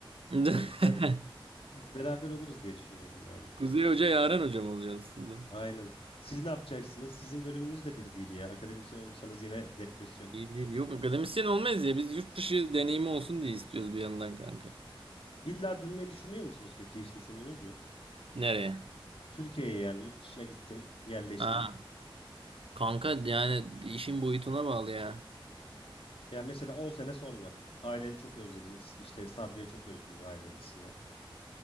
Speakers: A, on the right (about 80°); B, on the left (about 85°).
A: <laughs>
B: O yüzden <laughs> beraber oluruz diye düşünüyorum yani.
A: Kuzey Hoca Yaren Hocam olacaksınız sizden.
B: Aynen. Siz ne yapacaksınız? Sizin bölümünüz de bir değil ya. Akademisyen olursanız yine depresyon.
A: İyi değil. Yok akademisyen olmayız ya. Biz yurt dışı deneyimi olsun diye istiyoruz bir yandan kanka.
B: İlla dönmeyi düşünüyor musunuz peki? Hiç düşündünüz mü?
A: Nereye?
B: Türkiye'ye yani yurt dışına gittim, yerleştim.
A: Ha. Kanka yani işin boyutuna bağlı ya.
B: Ya mesela 10 sene sonra aileni çok özledin. İşte Sabriye çok özlüyor ailesini.